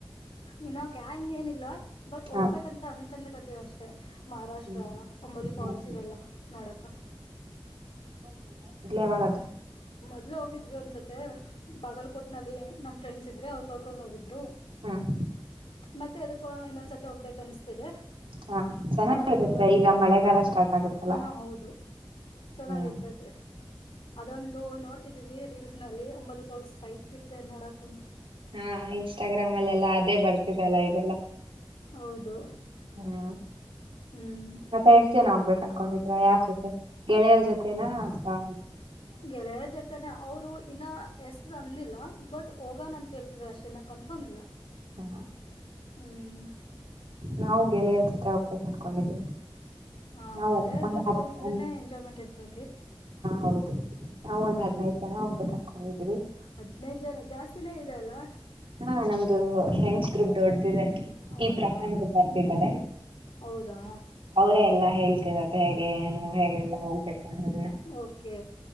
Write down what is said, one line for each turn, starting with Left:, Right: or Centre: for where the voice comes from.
Left: ಇನ್ನೋ ಗ್ಯಾಂಗ್ ಏನಲ್ವಾ ಬಟ್ ಹೋಗ್ಬೇಕಂತ
Right: ಹಾ
Left: ಅನ್ ಕಂದ ಕತ ಅಷ್ಟೇ ಮಹಾರಾಷ್ಟ್ರ
Right: ಹ್ಮ್
Left: ಅಂಬೋಲಿ
Right: ಹ್ಮ್
Left: ಫಾಲ್ಸ್ ಇವೆಲ್ಲಾ ನೋಡಕ
Right: ೇವಾಗಾದ
Left: ಎಲ್ಲ ಹೋಗಿದ್ವಿ ಒಂದಸತ್ ಬಾಗಲ್ಕೋಟ್ ನಲ್ಲಿ ನಮ್ಮ್ ಫ್ರೆಂಡ್ಸ್ ಇದ್ರೆ ಅವ್ರ
Right: ಹ್ಮ್
Left: <unintelligible> ಮತ್ತೆ ಅದು <unintelligible> ಇನ್ನೊಂದ್ಸತಿ ಹೋಗ್ಬೇಕಕ್ ಅನ್ಸ್ತಿದೆ
Right: ಹಾ ಚೆನ್ನಾಗಿರುತ್ತೆ
Left: ಯಾರಾದ್ರೂ ಬಂದೆ
Right: ಈಗ ಮಳೆಗಾಲ ಸ್ಟಾರ್ಟ್ ಆಗುತ್ತಲ್ಲ
Left: ಹಾ ಹೌದು ಚೆನ್ನಾಗಿರ್ತೈತಿ
Right: ಹ್ಮ್
Left: ಅದೊಂದು ನೋಡ್ತಿದೀವಿ ರೀಲ್ಸ್ ನಲ್ಲಿ ಅಂಬಲಿ ಫಾಲ್ಸ್ ಸೈಕ್ ಇರ್ತ ನೋಡಕನು
Right: ಹಾ ಇನ್ಸ್ಟಾಗ್ರಾಮ್ ಅಲ್ಲೆಲ್ಲಾ ಅದೇ ಬರ್ತಿದಲ್ಲ ಈಗೆಲ್ಲ
Left: ಹೌದು
Right: ಹ್ಮ್
Left: ಹ್ಮ್
Right: ಮತ್ತೆ ಎಷ್ಟು ಜನ ಆಗ್ಬೇಕು ಕನ್್ಕೊಂಡಿದ್ರ ಯಾರ್ ಜೊತೆ ಗೆಳೆಯರ ಜೊತೆನಾ ಅಥ್ವಾ
Left: ಗೆಳೆಯರ ಜೊತೆನ ಅವ್ರು ಇನ್ನ ಎಸ್ ಅಂದಿಲ್ಲ ಬಟ್ ಹೋಗೋಣ ಅಂತ ಹೇಳ್ತಿದ್ರ ಅಷ್ಟೇನ್ನ ಕನ್ಫರ್ಮ್ ಇಲ್ಲ
Right: ಹಾ
Left: ಹ್ಮ್
Right: ನಾವು ಗೆಳೆಯರ ಜೊತೆ ಹೋಗ್ಬೇಕು ಅನ್ಕೊಂಡಿದೀವಿ
Left: ಹಾ
Right: ನಾವು
Left: ಗೆಳೆಯರ
Right: ಒಂದು
Left: ಜೊತೆ
Right: ಹಾ
Left: ಹೋಗಿದ್ರೆನೆ ಎಂಜಾಯ್ಮೆಂಟ್ ಇರ್ತೈತಿ.
Right: ಹೌದು ಹಾ ಒಂದ್ ಹದ್ೈ್ು ಜನ ಹೋಗ ಕ ಕ <inaudible>
Left: ಹದ್ಿನೈದು ಜನ ಜಾಸ್ತಿ ನೇ ಇದೆ ಅಲ್ಲಾ
Right: ಹಾ ನಮ ಫ್ರೆಂಡ್ಸ್ ಗ್ರೂಪ್ ದೊಡ್ದಿದೆ
Left: ಹೌದಾ
Right: ಈ ಪ್ರಕರಣ ಬರ್ತಿದ್ದಾರೆ
Left: ಹೌದಾ
Right: ಅವರೇ ಎಲ್ಲಾ ಹೇಳ್ತರದು ಹೇಗೆ ಏನು ಹೇಗೆಲ್ಲ ಹೋಗ್ಬೇಕು ಅನ್ನೋದನ್ನ
Left: ಓಕೆ